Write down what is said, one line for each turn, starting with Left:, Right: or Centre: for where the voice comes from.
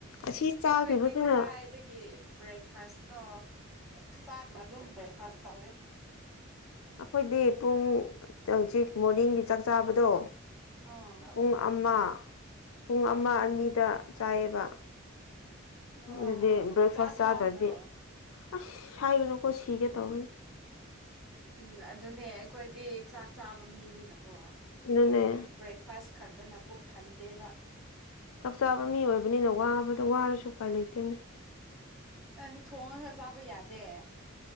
Left: ꯑꯁꯤ ꯆꯥꯈꯤꯕꯁꯤꯅ
Centre: ꯑꯩꯈꯣꯏꯗꯤ ꯀꯗꯥꯏꯗꯒꯤ ꯕ꯭ꯔꯦꯛꯐꯥꯁꯅꯣ ꯆꯥꯛ ꯃꯗꯨꯝ ꯕ꯭ꯔꯦꯛꯐꯥꯁ ꯇꯧꯔꯦ
Left: ꯑꯈꯣꯏꯗꯤ ꯄꯨꯡ ꯍꯧꯖꯤꯛ ꯃꯣꯔꯅꯤꯡꯒꯤ ꯆꯥꯛ ꯆꯥꯕꯗꯣ
Centre: ꯑꯥ ꯑꯣ
Left: ꯄꯨꯡ ꯑꯃ ꯄꯨꯡ ꯑꯃ ꯑꯅꯤꯗ ꯆꯥꯏꯌꯦꯕ
Centre: ꯑꯣ
Left: ꯑꯗꯨꯗꯤ ꯕ꯭ꯔꯦꯛꯐꯥꯁ
Centre: ꯆꯥꯛ
Left: ꯆꯥꯗ꯭ꯔꯗꯤ
Centre: ꯂꯥꯝꯗ꯭ꯔꯣ
Left: ꯑꯁ ꯍꯥꯏꯒꯅꯨꯀꯣ ꯁꯤꯒꯦ ꯇꯧꯕꯅꯤ
Centre: ꯎꯝ ꯑꯗꯨꯅꯦ ꯑꯩꯈꯣꯏꯗꯤ ꯆꯥꯛ ꯆꯥꯕ ꯃꯤꯅꯤꯅꯀꯣ
Left: ꯗꯨꯅꯦ
Centre: ꯕ꯭ꯔꯦꯛꯐꯥꯁ ꯈꯛꯇꯅ ꯄꯨꯛ ꯊꯟꯗꯦꯕ
Left: ꯆꯥꯛ ꯆꯥꯕ ꯃꯤ ꯑꯣꯏꯕꯅꯤꯅ ꯋꯥꯕꯗ ꯋꯥꯔꯁꯨ ꯎꯄꯥꯏ ꯂꯩꯇꯦꯅꯦ
Centre: ꯅꯣꯏꯗꯨ ꯊꯣꯡꯉꯒ ꯆꯥꯕ ꯌꯥꯗꯦ